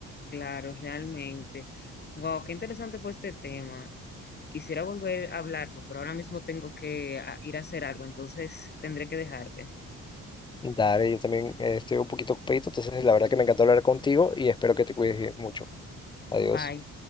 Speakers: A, on the left; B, on the left.
A: Claro, realmente. Wow, qué interesante fue este tema. Quisiera volver a hablarlo, pero ahora mismo tengo que ah, ir a hacer algo, entonces tendré que dejarte.
B: Dale, yo también eh, estoy un poquito ocupadito, entonces la verdad que me encantó hablar contigo y espero que te cuides bien mucho. Adiós.
A: Bye.